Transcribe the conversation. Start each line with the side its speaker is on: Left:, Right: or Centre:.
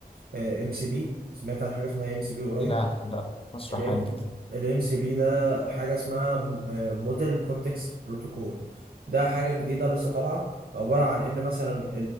Right: ام سي بي سمعت عن حاجه اسمها ام سي بي قريب
Left: لا لا مش
Right: الام
Left: حالي كده
Right: الام سي بي ده حاجه اسمها موديل كونتكست بروتوكول ده حاجه جديده لسه طالعه عباره عن ان مثلا